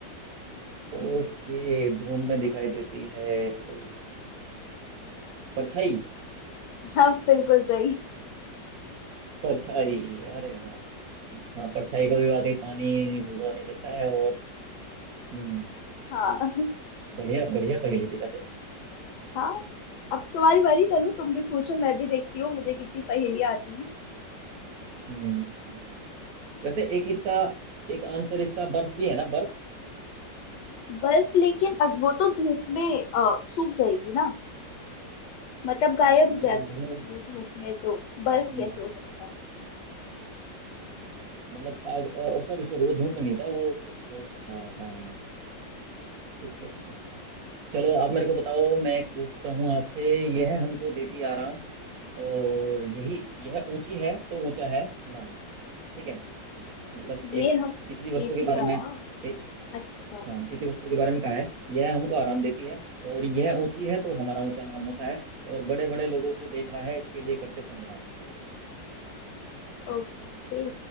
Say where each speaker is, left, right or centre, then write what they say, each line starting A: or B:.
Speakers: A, on the right (about 65°); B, on the left (about 75°).
A: ओके धूप में दिखाई देती है तो परछाई
B: हाँ बिल्कुल सही
A: परछाई अरे वाह हाँ परछाई को भी वाकई पानी भिगो नहीं सकता है और हम्म
B: हाँ
A: बढ़िया बढ़िया पहेली थी वैसे
B: हाँ अब तुम्हारी बारी चलो तुम भी पूछो मैं भी देखती हूँ मुझे कितनी पहेलियां आती हैं
A: हम्म वैसे एक इसका एक आंसर इसका बर्फ भी है ना बर्फ
B: बर्फ लेकिन अब वो तो धूप में अ, सूख जाएगी ना मतलब गायब
A: मतलब
B: हो जाती
A: धूप
B: है धूप में तो बर्फ
A: हम्म,
B: कैसे हो सकता है
A: मतलब आग सॉरी सॉरी वो धूप में नहीं था वो कुछ और था हाँ ठीक है ठीक है चलो आप मेरे को बताओ मैं एक पूछता हूँ आपसे यह हमको देती आराम और यही यह ऊंची है तो ऊंचा है नाम ठीक है मतलब एक
B: ये हम
A: किसी भी
B: देती
A: वस्तु के बारे में
B: आराम
A: एक
B: अच्छा
A: हाँ किसी वस्तु के बारे में कहा है यह हमको आराम देती है और यह ऊंची है तो हमारा ऊंचा नाम होता है और बड़े बड़े लोगों को देखा है इसके लिए करते संग्राम
B: ओके